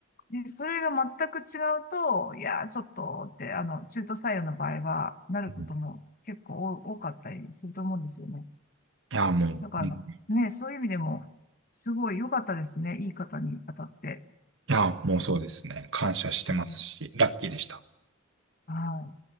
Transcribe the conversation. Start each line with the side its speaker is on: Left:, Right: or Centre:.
Left: い。で、それが全く違うと、いやー、ちょっとって、あの、中途採用の場合は、なることも結構多多かったりすると思うんですよね。
Right: うんいや、もう。
Left: だから、ね、そういう意味でも、すごい良かったですね。いい方に当たって。
Right: いや、もうそうですね。感謝してますし、
Left: うん
Right: ラッキーでした。
Left: はい。